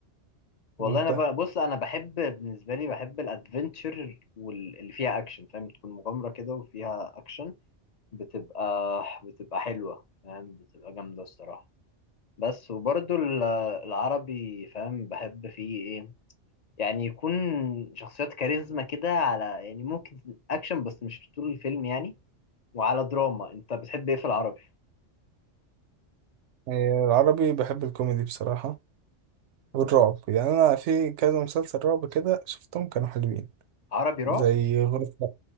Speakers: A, on the left; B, on the right.
A: والله
B: وانت
A: انا بقى بص انا بحب بالنسبة لي بحب الادفنتشر واللي فيها اكشن فاهم تكون مغامرة كده وفيها اكشن بتبقى بتبقى حلوة فاهم بتبقى جامدة الصراحة بس وبرضو ال- العربي فاهم بحب فيه ايه يعني يكون شخصيات كاريزما كده على يعني ممكن اكشن بس مش طول الفيلم يعني وعلى دراما انت بتحب ايه في العربي
B: إيه، العربي بحب الكوميدي بصراحه والرعب يعني انا في كذا مسلسل رعب كده شفتهم كانوا حلوين
A: عربي رعب
B: زي غرفه